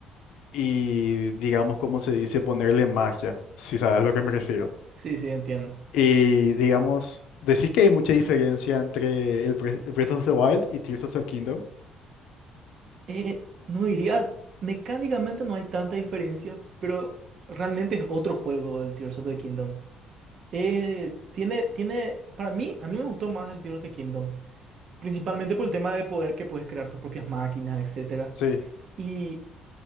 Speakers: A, on the left; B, on the right.
A: y, digamos, como se dice, ponerle magia, si sabes a lo que me refiero.
B: Sí, sí, entiendo.
A: Y, digamos, decís que hay mucha diferencia entre el Bre- Breath of the Wild y Tears of the Kingdom.
B: Eh, no diría, mecánicamente no hay tanta diferencia, pero realmente es otro juego el Tears of the Kingdom. Eh, tiene, tiene, para mí, a mí me gustó más el Tears of the Kingdom, principalmente por el tema de poder que puedes crear tus propias máquinas, etcétera.
A: Sí.
B: Y